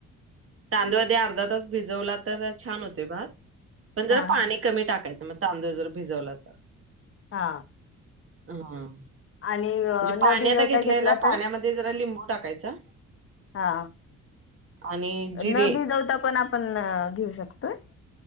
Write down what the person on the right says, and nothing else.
तांदूळ द्या आधी अर्धा तास भिजवला तर छान होतोय भात पण जरा
पाणी
कमी टाकायचं म तांदूळ जर भिजवला तर
हा म्हणजे
पाणी
आता घेतलंय
ना पाण्यामध्ये
जरा लिंबू टाकायचा
आणि जिरे